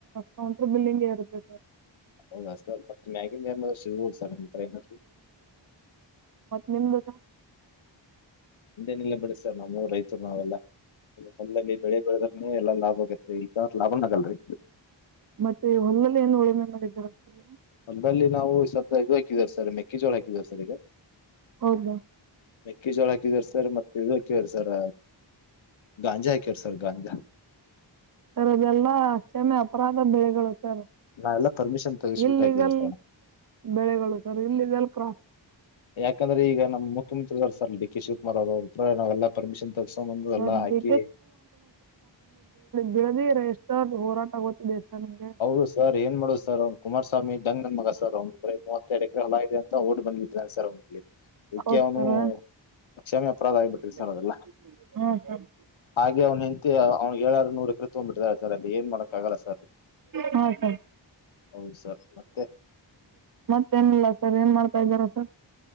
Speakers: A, on the right; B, on the left.
A: ಕೌಂಟರ್ ಬಿಲ್ಲಿಂಗ್ ಇರುತ್ತೆ ಸರ್.
B: ಹೌದಾ ಸರ್ ಮತ್ತ ಮ್ಯಾಗಿಂದ ಏನ ಮಾಡಿರ ಸಿಗಬಹುದ ಸರ್ ನೀವ್ <unintelligible> ಮಾಡ್ರು.
A: ನಿಮ್ಬದ.
B: ನಮ್ದೇನ್ ಇಲ್ಲ ಬಿಡಿ ಸರ್ ನಮ್ಮ ಊರ ರೈತರ ನಾವೆಲ್ಲಾ ಹೊಲದಲ್ಲಿ ಬೆಳೆ ಬೆಳೆದ್ರನೆ ಎಲ್ಲಾ ಲಾಭ ಆಗತ್ತೆ. ಅಟ್ಟ ಲಾಭನ ಆಗಲ್ರಿ.
A: ಮತ್ತೆ ಹೊಲದಲ್ಲಿ ಏನು ಉಳುಮೆ ಮಾಡಿದ್ದೀರಾ. ಸರ್
B: ಹೊಲದಲ್ಲಿ ನಾವು ಸ್ವಲ್ಪ ಇದು ಹಾಕಿದೀವಿ ಸರ್ ಮೆ. ಕ್ಕಿ ಜೋಳ ಹಾಕಿದ್ದೆವ ಸರ್ ಈಗ.
A: ಹೌದಾ
B: ಮೆಕ್ಕೆಜೋಳ ಹಾಕಿದ್ವ ಸರ್ ಮತ್ತೆ ಇದು ಹಕ್ಕೆವ ಸರ್ ಗಾಂಜಾ ಹಾಕೆವ ಸರ್ ಗಾಂಜಾ. <inaudible>
A: ಸರ್ ಆದ ಎಲ್ಲಾ ಅಕಕ್ಷಷಮೆ ಅಪರಾಧ ಬೆಳೆಗಳು. ಸರ್
B: ನಾವು ಎಲ್ಲ ಪರ್ಮಿಷನ್ ತಗಸ
A: ಇಲ್ಲಿಗಲ್
B: ಬಿಟ್ಟೆ ಹಾಕಿದೇವ ಸರ್ ನಾವ್.
A: ಬೆಳೆಗಳು ಸರ್ ಇಲ್ಲಿದೆ ಎಲ್ ಕ್ರಾತ.
B: ಯಾಕಂದ್ರ ಈಗ ನಮ್ಮ ಮುಖ್ಯಮಂತ್ರಿಗಳ ಸರ್ ಡಿ. ಕಿಶಿವ ಕುಮಾರ್ ಅವ್ರ್ರ ನಾವೆಲ್ಲಾ ಪರ್ಮಿಷನ್ ತಗಸಕೊಂಡ ಬಂದು
A: ಸರ್
B: ಎಲ್ಲಾ ಹಾಕಿ.
A: ಡಿ ಬಿಡದಿ ರಜಿಸ್ಟರ್ ಹೋರಾಟ ಗೊತ್ತಿದೆ. ಸರ್ ನಿಮಗೆ
B: ಹೌದು ಸರ್ ಏನ್ ಮಾಡುದು ಸರ್ ಅವ ಕುಮಾರ್. ಸ್ವಾಮಿ ದೆಂಗ್ ನನ್ನ ಮಗ ಸರ್ ಅವನು ಬರೇ ಮೂವತ್ತ ಎರಡು ಎಕರೆ ಹೊಲ ಇದೆ ಅಂತ ಓಡ್ ಬಂದ್ ಬಿಟ್ಟಿದ್ದಾನೆ ಸರ್ ಅವನ ಇಲ್ಲಿ. ಇಕ್ಕೆ
A: ಹೌದು
B: ಅವನು.
A: ಸರ್
B: ಲಕ್ಷಷಾಮಿ ಅಪರಾಧ ಆಗಿಬಿಟ್ಟಿ
A: ಹ್ಞೂ
B: ಸರ್ ಅದೆಲ್ಲ
A: ಸರ್
B: ಹಾಗೆ ಅವ್ನ್ ಹೆಂಡ್ತಿ ಅವ್ ಏಳರ್ ನೂರ ಕತ್ಕಗ್ ಬೀತಿದಳೆ ಸರ ಅಲ್ಲಿ ಏನ್ ಮಾಡಕಕ್ಕಾಗಲ್ಲ ಸರ್
A: ಹಾ ಸರ್
B: ಹೌದು ಸರ್ ಮತ್ತೆ
A: ಮತ್ತೇನಿಲ್ಲ ಸರ್ ಮಾಡ್ತಾ ಇದ್ದೀರಾ ಸರ್